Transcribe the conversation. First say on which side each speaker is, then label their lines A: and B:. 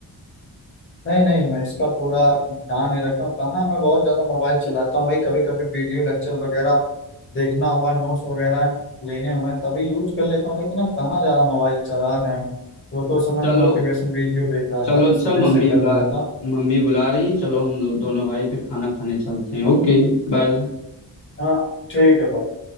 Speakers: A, on the left; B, on the left.
A: नहीं नहीं मैं इसका पूरा ध्यान नहीं रखता हूँ कहाँ मैं बहुत ज़्यादा मोबाइल चलाता हूँ वही कभी कभी वीडियो लेक्चर वगैरह देखना हुआ नोट्स वगैरह लेने हुए तभी यूज कर लेता हूँ लेकिन अब कहाँ ज्यादा मोबाइल चला रहे हैं वो तो उस समय
B: चलो
A: मोटिवेशन वीडियो देख रहा
B: चलो
A: था
B: अच्छा
A: इस वजह
B: मम्मी
A: से कर
B: बुला
A: लिया था
B: मम्मी बुला रही हैं चलो हम दो- दोनों भाई फिर खाना खाने चलते हैं Okay bye
A: हाँ ठीक है भाई